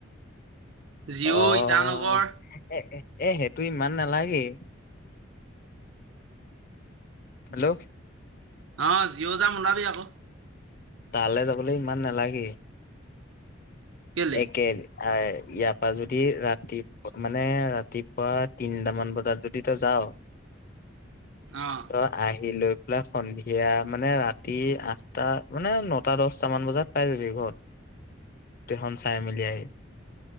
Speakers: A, on the right (about 85°); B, on the left (about 45°).
A: জিঅ,
B: অ',
A: ইটানগৰ।
B: এ এ সেইটো ইমান নালাগে। হেল্ল'।
A: অ জিঅ' যাম ওলাবি আকৌ।
B: তালৈ যাবলৈ ইমান নালাগেই।
A: কেলে
B: একে ইয়াৰ পৰা যদি ৰাতিপ মানে ৰাতিপুৱা তিনটামান বজাত যদি তই যাও-
A: অ
B: তই আহিলৈ সন্ধিয়া মানে ৰাতি আঠটা মানে নটা দচটা মান বজাত পাই যাবি ঘৰত। গোটেই খন চাই মেলি আহি।